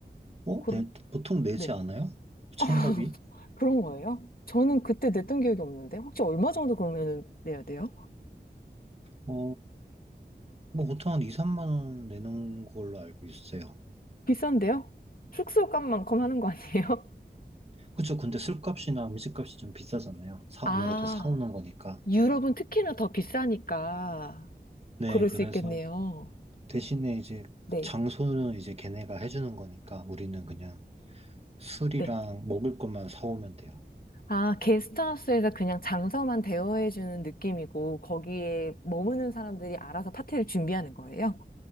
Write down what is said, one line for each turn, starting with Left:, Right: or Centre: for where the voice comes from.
Right: 어,
Left: 그럼,
Right: 네. 보통 내지
Left: 네.
Right: 않아요?
Left: 어,
Right: 참가비?
Left: <laughs> 그런 거예요? 저는 그때 냈던 기억이 없는데 혹시 얼마 정도 그러면 내야 돼요?
Right: 어, 뭐 보통 한 2, 3만 원 내는 걸로 알고 있어요.
Left: 비싼데요? 숙소 값만큼 하는 거 아니에요?
Right: 그쵸. 근데 술값이나 음식값이 좀 비싸잖아요.
Left: <laughs>
Right: 사,
Left: 아,
Right: 아무래도 사오는 거니까.
Left: 유럽은 특히나 더 비싸니까
Right: 네.
Left: 그럴
Right: 그래서
Left: 수 있겠네요.
Right: 대신에 이제
Left: 네.
Right: 장소는 이제 걔네가 해주는 거니까 우리는 그냥 술이랑
Left: 네.
Right: 먹을 것만 사오면 돼요.
Left: 아, 게스트하우스에서 그냥 장소만 대여해주는 느낌이고 거기에 머무는 사람들이 알아서 파티를 준비하는 거예요?